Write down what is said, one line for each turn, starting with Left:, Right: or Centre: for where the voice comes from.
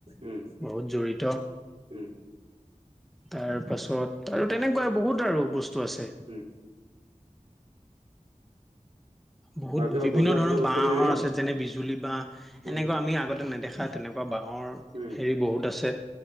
Right: উম
Centre: বহুত জড়িত।
Right: উম
Centre: তাৰপাছত আৰু তেনেকুৱা বহুত আৰু বস্তু আছে।
Right: উম
Centre: বহুত
Right: আৰু কিবা
Centre: বিভিন্ন
Right: বজোৱা
Centre: ধৰণৰ
Right: চজোৱা বস্তু
Centre: বাহঁৰ
Right: নেকি ন
Centre: আছে যেনে বিজুলী বাঁহ
Right: উম
Centre: এনেকুৱা আমি আগতে নেদেখা নেদেখা তেনেকুৱা বাঁহৰ
Right: উম
Centre: হেৰি বহুত আছে।